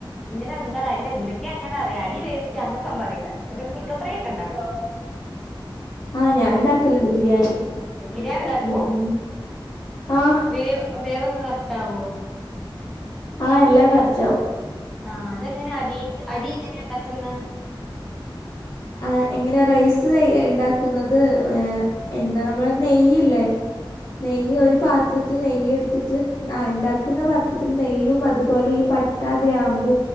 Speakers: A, in the centre; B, on the left.
A: ഇങ്ങനെ എന്താണ് എന്തോക്കെങ്ങനെ അറിയാം അരി വെ യ്ക്ക് അങ്ങന്സം പറയില്ല ഒര് ചിക്കൻ ഫ്രൈ ഒക്കെണ്ടാക്കും
B: ആ ഞാൻ ഇണ്ടാക്കല്ണ്ട് ബിരിയാണി
A: ബിരിയാണ്ടാക്കൂ
B: ഉം ഉം ആഹ്
A: വേ വേവൊക്കെ കറക്റ്റാവോ
B: ആ എല്ലാം കറക്റ്റാവും
A: ആ അതെങ്ങനെ അരി അരിങ്ങനെണ്ടാക്ക്ന്ന്
B: ആ എങ്ങനെ റൈസ് ഇണ്ടാക്ക്ന്നത് ഏ എന്താ നമ്മളെ നെയ്യ്ല്ലേ നെയ്യ് ഒരു പാത്രത്തിൽ നെയ്യ്ട്ത്തിട്ട് ആ ഇണ്ടാക്ക്ന്ന പാത്രത്തിൽ നെയ്യും അതുപോലെ ഈ പട്ട ഗ്രാമ്പു